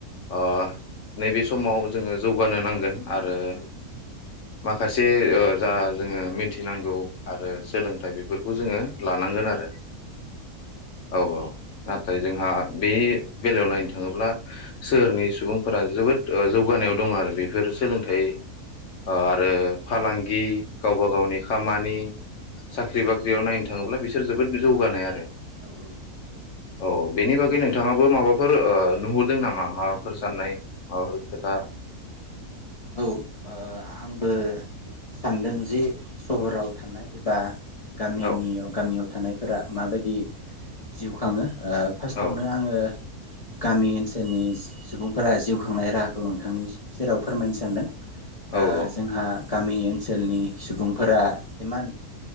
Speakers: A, on the left (about 55°); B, on the left (about 30°).
A: अ नैबे समाव जोङो जौगानो नांगोन आरो
B: औ
A: माखासे ओ जा जोङो मिनथिनांगौ आरो सोलोंथाइ बेफोरखौ जोङो लानांगोन आरो औ औ नाथाय जोंहा बे बेलायाव नायनो थाङोब्ला सोहोरनि सुबुंफोरा जोबोद ओ जौगानायाव दङ आरो बेफोर सोलोंथाइ ओ आरो फालां गि गावबा गावनि खामानि साख्रि बाख्रियाव नायनो थाङोब्ला बिसोर जोबोद जौगानाय आरो
B: औ औ
A: औ बेनि बागै नोंथाङाबो माबाफोर ओ नुहरदों नामा माबाफोर साननाय माबाफोर खोथा
B: औ ओ आंबो सानदों जि सहराव थानाय एबा गामिनियाव
A: औ
B: गामियाव थानायफोरा माबायदि जिउ खाङो ओ फास्ट
A: औ
B: आवनो आङो गामि ओनसोलनि सुबुंफोरा जिउ खांनाय राहाखौ नोंथांनि सेराव फोरमायनो सानदों
A: औ
B: ओ
A: औ
B: जोंहा गामि ओनसोलनि सुबुंफोरा इमान